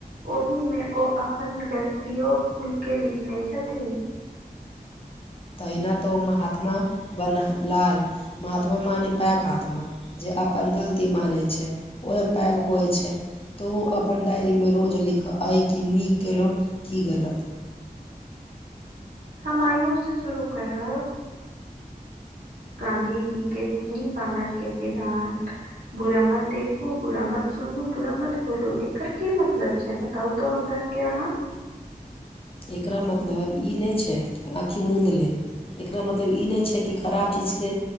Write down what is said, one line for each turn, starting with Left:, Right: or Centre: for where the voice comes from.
Right: ओहिमे ओ अपन गलतियो खुलके लिखने छथिन
Left: तऽ एना त महात्म बन लाल महात्मा म पैघ हाथम तऽ अपन गलती मानै छै ओहे पैघ होइ छै तऽ ओ अपन डायरीमे रोज लिखय अइ कि नीक केलहुँ की गलत
Right: हमाययो से शुरू करब गाँधी जी के तीन बानर के सिद्धानत बुरा मत देखू बुरा मत सुनू बुरा मत बोलू एकर की मतलब छै बताउ तो हमरा क्य अहा
Left: एकरा मतलब ई नहि छै कि आँखि मुूँदि लेब एकरा मतलब ई नहि छै कि खराब चीजके